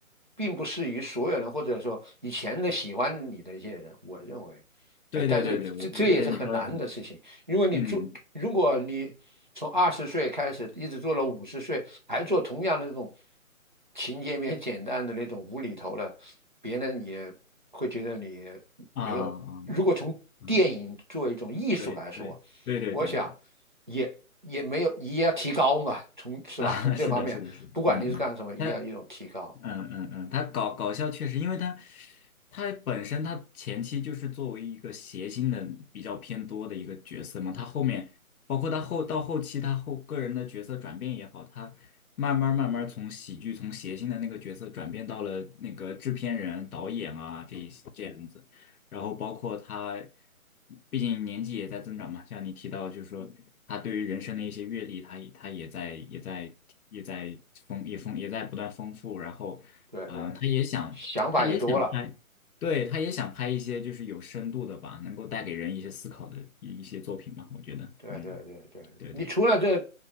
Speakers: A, on the right (about 35°); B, on the left (about 90°).
A: 并不适于所有人，或者说以前的喜欢你的一些人。我认为，
B: 对对对对，
A: 哎，但是这这也是很难的事情。
B: 我我觉得你说的很。
A: 因为你做，
B: 嗯
A: 如果你从二十岁开始一直做了五十岁，还做同样的那种情节面简单的那种无厘头的，别人也会觉得你
B: 啊啊
A: 没有。如果从电影作为一种艺术来说，
B: 嗯，对对对对对对
A: 我想也也没有，也要提高嘛，从是吧？
B: 啊，
A: 从这方面，
B: <laughs> 是的，是的，是的，
A: 不管你是干什么，
B: 嗯嗯，
A: 也要一种提高。
B: 他嗯嗯嗯，他搞搞笑确实，因为他他本身他前期就是作为一个谐星的比较偏多的一个角色嘛，他后面包括他后到后期他后个人的角色转变也好，他慢慢慢慢从喜剧从谐星的那个角色转变到了那个制片人、导演啊这一这样子。然后包括他，毕竟年纪也在增长嘛，像你提到，就是说他对于人生的一些阅历，他也他也在也在也在丰也丰也在不断丰富，然后，
A: 对对，
B: 啊、他也想他也想拍，
A: 想法也多了。
B: 对，他也想拍一些就是有深度的吧，能够带给人一些思考的一一些作品嘛，我觉得，
A: 对对对对，
B: 嗯，对对，
A: 你除了这